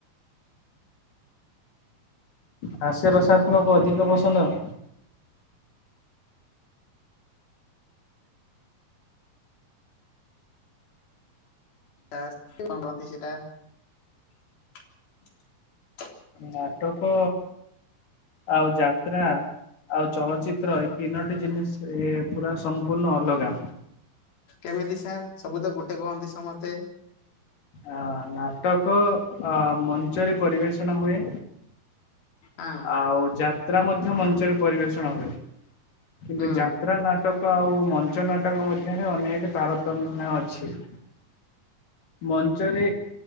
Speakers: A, on the left; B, on the left.
A: ହସେ ରସାତ୍ମକ ଅଧିକ ପସନ୍ଦ। <inaudible>
B: ଏ କହନ୍ତି ସେଟା <inaudible>
A: ନାଟକ ଆଉ ଜାତ୍ରା। ଆଉ ଚଳଚିତ୍ର ଏଇ ତିନୋଟି ଜିନିଷ ଏ ପୁରା ସମ୍ପୂର୍ଣ୍ଣ ଅଲଗା।
B: କେମିତି ସାର୍ ସବୁ ତ ଗୋଟେ କୁହନ୍ତି। ସମସ୍ତେ
A: ଅ ନାଟକ ଅ ମଞ୍ଚରେ ପରିବେଷଣ ହୁଏ।
B: ହଁ
A: ଆଉ ଜା ଯାତ୍ରା ମଧ୍ୟ ମଞ୍ଚରେ ପରିବେଷଣ ହୁଏ। କିନ୍ତୁ
B: ହୁଁ
A: ଯାତ୍ରା ନାଟକ ଆଉ ମଞ୍ଚ ନାଟକ ମଧ୍ୟରେ ଅନେକ ପାର ମାନେ ଅଛି। <inaudible> ମଞ୍ଚରେ